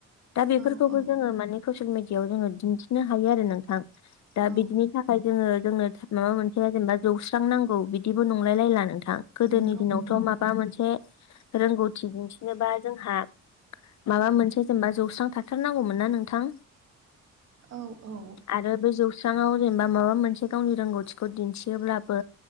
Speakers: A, on the left; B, on the right.
A: दा बेफोरखौबो
B: औ औ
A: जोंङो माने ससियेल मिडियाआव जोंङो दिन्थिनो हायो आरो नोंथां। दा
B: औ
A: बिदिनि थाखाय जोंङो जोंनो माबा मोनसेया जेनेबा जौस्रां नांगौ बिदिबो नंलाय लायला नोंथां गोदोनि
B: नंगौ
A: दिनावथ'
B: नंगौ
A: माबा मोनसे रोंगौथि दिन्थिनोबा जोंहा माबा मोनसे जेनेबा जौस्रांथा थारनांगौमोन ना नोंथां
B: औ औ
A: आरो बे जौस्रांआव जेनेबा माबा मोनसे गावनि रोंगौथि खौ दिन्थियोब्लाबो